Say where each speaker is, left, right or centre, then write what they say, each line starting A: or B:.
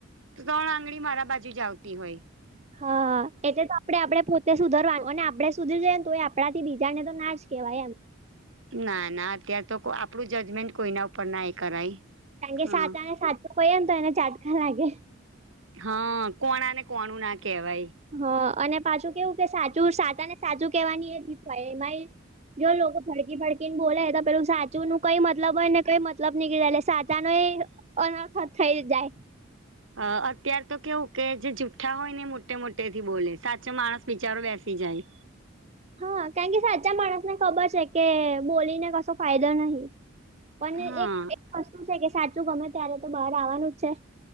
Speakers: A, on the right; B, on the right.
A: ત્રણ આંગળી મારા બાજુ જ આવતી હોય.
B: હા એજ તો આપણે આપણે પોતે સુધરવાનું અને આપડણે સુધરી જએ ને તો એ આપણા થી બીજાને તો ના જ કહેવાય એમ.
A: ના ના અત્યારે તો આપણું જજમેન્ટ કોઈના ઉપર નાય કરાય
B: કારણ કે
A: હા
B: સાતા ને સાચું કહે ને તો એને ચાટ કા લાગે
A: હા કોણા ને કોણું ના કહેવાય
B: હા અને પાછું કેવું કે સાચું સાચા ને સાચું કેવાની એ દીખવાય એમ. જો લોકો ફડકી ફડકીને બોલે તો પેલું સાચું કઈ મતલબ હો ને કઈ મતલબ નઈ કધે સા નું એ અનખત થઈ જાય.
A: અ અત્ય્યારે તો કેવું કે જે જુઠ્ઠા હોય ને મોટે મોટેથી બોલે સાચો માણસ બિચારો બેસી જાય.
B: હા કારણ કે સાચા માણસને ખબર છે કે બોલીને કસો ફાયદો નહી. પણ
A: હા
B: એક વસ્તુ છે કે સાચું ગમે ત્યારે તો બહાર આવવાનું જ છે.